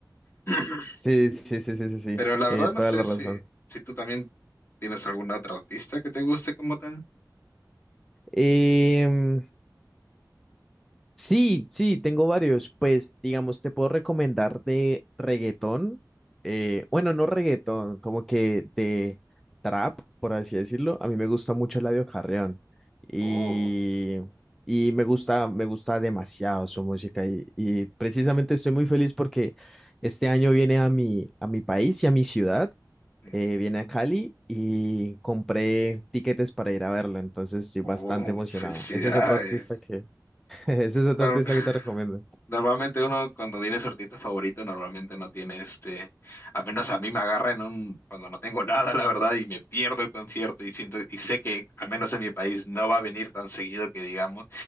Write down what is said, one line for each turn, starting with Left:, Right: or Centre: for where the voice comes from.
Left: <clears throat>
Centre: Sí, sí, sí, sí, sí, sí,
Left: Pero la verdad
Centre: eh, toda
Left: no sé
Centre: la
Left: si,
Centre: razón.
Left: si tú también tienes alguna otra artista que te guste como tal.
Centre: Em, Sí, sí, tengo varios. Pues, digamos, te puedo recomendar de reggaetón. eh, bueno, no reggaetón, como que de trap, por así decirlo. A mí me gusta mucho Eladio Carrión. Y,
Left: Oh,
Centre: y me gusta, me gusta demasiado su música. Y, y precisamente estoy muy feliz porque este año viene a mi, a mi país y a mi ciudad.
Left: mm,
Centre: eh, viene a Cali y compré tiquetes para ir a verlo. Entonces estoy
Left: oh,
Centre: bastante emocionado.
Left: felicidades.
Centre: Ese es otro artista que <laughs> Ese es otro
Left: Nor-
Centre: artista
Left: <laughs>
Centre: que te recomiendo.
Left: Normalmente uno cuando viene su artista favorito normalmente no tiene este, a menos a mí me agarra en un, cuando no tengo nada, la verdad, y me pierdo el concierto y siento, y sé que al menos en mi país no va a venir tan seguido que digamos,